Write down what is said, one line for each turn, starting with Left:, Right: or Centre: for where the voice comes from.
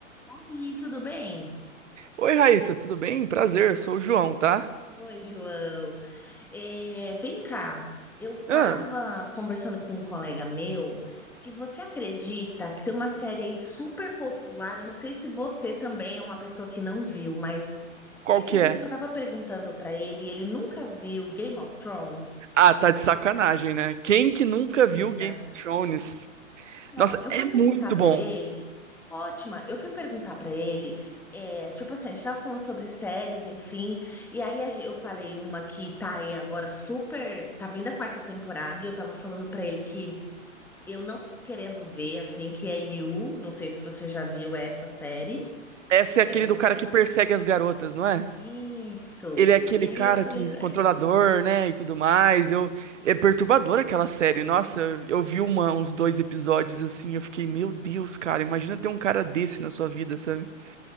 Centre: Oi, tudo bem?
Right: Oi, Raíssa, tudo bem? Prazer, eu sou o João, tá?
Centre: Oi, João. É, vem cá, eu estava
Right: Ah,
Centre: conversando com um colega meu que você acredita que tem uma série aí super popular. Eu não sei se você também é uma pessoa que não viu, mas você
Right: qual
Centre: acredita
Right: que é?
Centre: que eu estava perguntando para ele e ele nunca viu Game of Thrones?
Right: Ah, tá de sacanagem, né? Quem que nunca
Centre: Acredita?
Right: viu Game of Thrones?
Centre: Então,
Right: Nossa,
Centre: eu
Right: é
Centre: fui perguntar
Right: muito
Centre: pra
Right: bom.
Centre: ele. Ótima, eu fui perguntar pra ele, é, tipo assim, a gente tava falando sobre séries, enfim, e aí a gen- eu falei uma que tá aí agora super, tá vindo a quarta temporada, e eu tava falando pra ele que eu não tô querendo ver, assim, que é You, não sei se você já viu essa série,
Right: Essa
Centre: que
Right: é aquele
Centre: é do...
Right: do cara que persegue as garotas, não é?
Centre: Isso!
Right: Ele é aquele
Centre: E aí
Right: cara
Centre: eu falei
Right: que
Centre: pra
Right: controlador, né, e tudo mais. Eu é perturbador aquela série. Nossa, eu eu vi uma- uns dois episódios assim, eu fiquei, meu Deus, cara, imagina ter um cara desse na sua vida, sabe? <laughs>